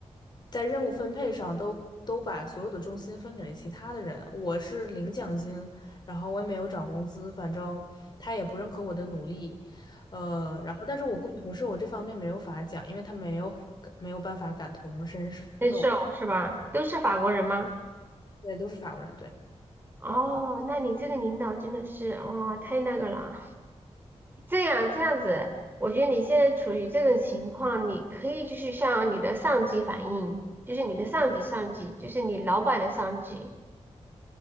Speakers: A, on the left; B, on the right.
A: 在任务分配上都都把所有的重心分给了其他的人。我是领奖金，然后我也没有涨工资，反正他也不认可我的努力，呃，然后但是我跟我同事我这方面没有法讲，因为他没有没有办法感同身受，
B: 难受是吧？都是法国人吗？
A: 对，都是法国人，对。
B: 哦，那你这个领导真的是哦，太那个了。这样这样子，我觉得你现在处于这种情况，你可以就是向你的上级反映，就是你的上级上级，就是你老板的上级。